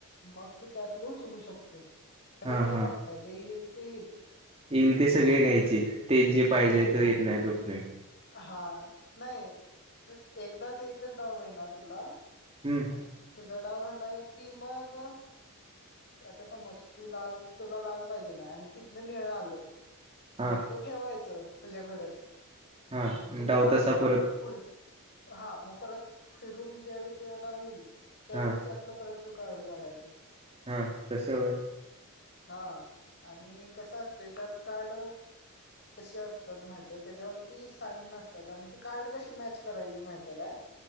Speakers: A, on the left; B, on the right.
A: मग तू त्यातल उचलू शकतेोस खरं
B: हा
A: न
B: हा
A: बघता जे येईल ते येईल.
B: येईल ते सगळे
A: त्यातनं
B: घ्यायचे तेच जे पाहिजे तर येत नाही तोपर्यंत.
A: हां नाही त एकदाच एकच डाव मिळणार तुला.
B: हम्म.
A: तुझा डाव झालाय की मग. आता समज तू लाल तुला लाल पाहिजेल हाय आणि तिथनं निळ आलं.
B: हा
A: मग ते ठेवायचं तुझ्याकडच.
B: हा
A: म तुझा डाव
B: तसा
A: झाला
B: परत
A: मग पुढं हा मग परत फिरून ज्यावेळी तुझ्याव डाव ईल त्यावेळी
B: हा
A: त्यातलं परत तू कार्ड काढायचस.
B: हां तसं होय.
A: हां आणि कसं असतय त्याात कार्ड कशी असतात माहित्या तेज्यावरती साईन असतात आणि ती कार्ड कशी मॅच करायची माहित्या काय?